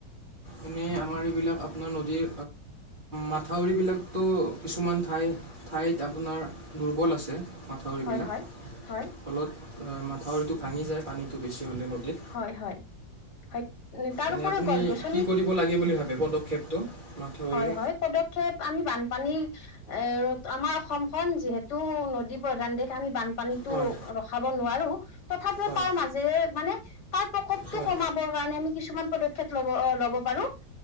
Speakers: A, on the right; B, on the left.
A: এনেই আমাৰ এইবিলাক আপোনাৰ নদীৰ মাথাউৰিবিলাকতো কিছুমান ঠাই ঠাইত আপোনাৰ দুৰ্বল আছে মাথাউৰিবিলাক
B: হয় হয় হয়
A: ফলত মাথাউৰিটো ভাঙি যায় পানীটো বেছি হ'লে নদীত
B: হয় হয় হয় তাৰউপৰি
A: এনে আপুনি
B: গছ গছনি
A: কি কৰিব লাগে বুলি ভাবে পদক্ষেপটো মাথাউৰি
B: হয় হয় পদক্ষেপ আমি বানপানী এ ৰ আমাৰ অসমখন যিহেতু নদী প্ৰধান দেশ আমি বানপা পানীটো
A: হয়
B: ৰখাব নোৱাৰো তথাপি
A: হয়
B: তাৰ মাজেৰে মানে তাৰ প্ৰকোপটো
A: হয়
B: কমাব কাৰ কাৰণ আমি কিছুমান পদক্ষেপ লব অ লব পাৰো